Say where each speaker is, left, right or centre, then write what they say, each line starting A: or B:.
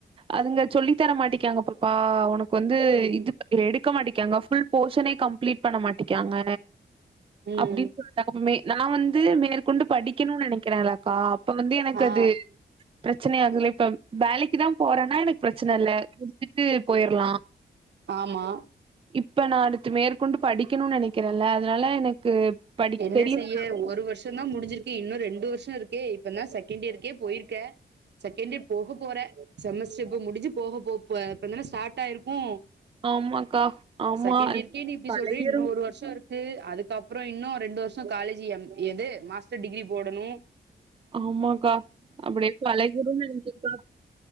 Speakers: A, on the right; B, on the right.
A: அதுங்க சொல்லித் தர மாட்டிக்காங்க பாப்பா உனக்கு வந்து
B: ம்
A: இது எடு எடுக்க மாட்டிகாக ஃபுல் போஷனே கம்ப்ளீட் பண்ண மாட்டிக்காங்க
B: ம்
A: அப்டின்னு சொல்ட்டாங்க மே நா வந்து மேற்கொண்டு படிக்கணுனு நெனக்கிறேன்லக்கா அப்ப வந்து எனக்கு
B: ஆ
A: அது பிரச்சன ஆகுதல்ல இப்ப வேலைக்குதா போறன்னா எனக்கு பிரச்சன இல்ல துக்கு போயிர்லா
B: ம் ஆமா
A: இப்ப நா அடுத்து மேற்கொண்டு படிக்கணுனு நென க்கிறல அதனால எனக்கு படி
B: என்ன
A: தெரியணு
B: செய்ய ஒரு வருஷோந்தா முடிஞ்சிருக்கு இன்னு ரெ ண்டு வருஷோ இருக்கே இப்பனா செகண்ட் இயர்கே போயிருக்கே செகண்ட் இயர் போக போற செமஸ்டர் இ முடிஞ்சு போக போ இப்பதான ஸ்டார்ட் ஆயிருக்கு
A: ஆமாக்கா ஆமா
B: செகண்ட் இயர்க்கே நீ இப்டி
A: பழகிரு
B: சொல்றயே இன்னு ஒரு வருஷோ இருக்கு க்கு அதுக்கப்பறோ இன்னு ரெண்டு வருஷோ காலேஜ் எம் எது மாஸ்டர் டிகிரி போடணு
A: ஆமாக்கா அப்டியே பழகிருனு நெனக்கா